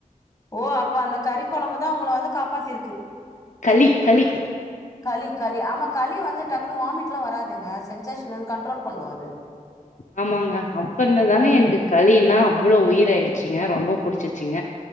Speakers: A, on the left; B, on the left.
A: ஓ அப்ப அந்த கறி குழம்புதா உங்கள வந்து காப்பாத்திருக்கு
B: களி களி
A: களி களி ஆமா களி வந்து டக்குனு வாமிட்லா வராதுங்க சென்சேஷன் வந்து கண்ட்ரோல் பண்ணு அது
B: ஆமாங்க அப்ப இருந்ததாங்க
A: ம்
B: எனக்கு களினா அவ்ளோ உயிராயிடுச்சு ங்க ரொம்ப புடிச்சிருச்சிங்க